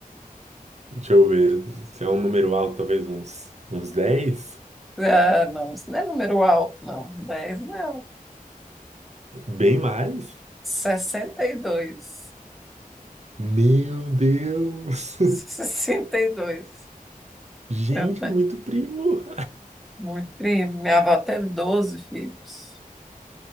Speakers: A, on the right; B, in the centre.
A: Deixa eu ver. Se é um número alto, talvez uns, uns dez.
B: Ah, não, isso não é número alto, não. Dez, não.
A: Bem mais?
B: 62.
A: Meu Deus!
B: 62. <laughs>
A: <laughs> Gente,
B: Eu tenho.
A: é muito primo!
B: Muito bem. Minha avó teve 12 filhos.